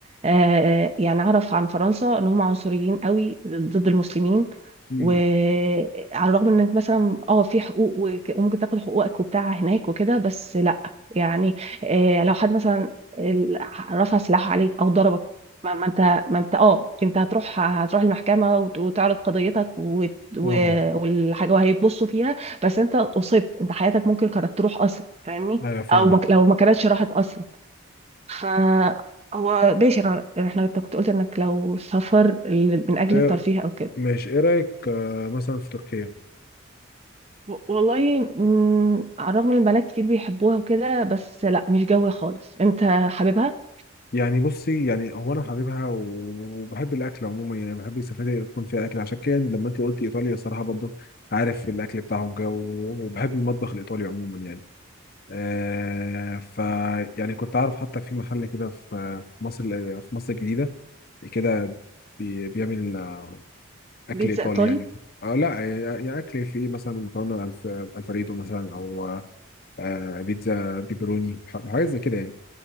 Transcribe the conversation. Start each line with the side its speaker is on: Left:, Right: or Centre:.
Right: آه، يعني اعرف عن فرنسا ان هم عنصريين قوي ضد المسلمين
Left: مم.
Right: وعلى الرغم انك مثلا اه في حقوق وك- وممكن تاخد حقوقك وبتاع هناك وكده بس لا يعني آه، لو حد مثلا ال- رفع سلاحه عليك او ضربك ما ما انت ما انت اه انت هتروح هتروح المحكمه وت- وتعرض قضيتك وت- و-
Left: اه
Right: والحاجه وهيبصوا فيها بس انت اصبت انت حياتك ممكن كانت تروح اصلا فاهمني
Left: ايوه فاهمك
Right: او ما لو ما كانتش راحت اصلا ف هو ماشي انا- احنا انت كنت قلت انك لو سفر ل- من اجل
Left: إيه
Right: الترفيه او كده
Left: ماشي ايه رايك آه، مثلا في تركيا
Right: و- والله مم، على الرغم ان البنات كتير بيحبوها وكده بس لا مش جوي خالص انت حاببها
Left: يعني بصي يعني هو انا حبيبها وبحب الاكل عموما يعني بحب السفاري يكون فيها اكل عشان كده لما انت قلت ايطاليا صراحه برضو عارف الاكل بتاعهم جو وبحب المطبخ الايطالي عموما يعني آه ف يعني كنت عارف حتى في محل كده في في مصر في مصر الجديده كده بي- بيعمل آه،
Right: بيتزا
Left: اكل ايطالي
Right: ايطالي
Left: يعني آه لا آه، يعني اكل فيه مثلا مكرونه الف الفريدو مثلا او آه بيتزا بيبروني ح- حاجات زي كده يعني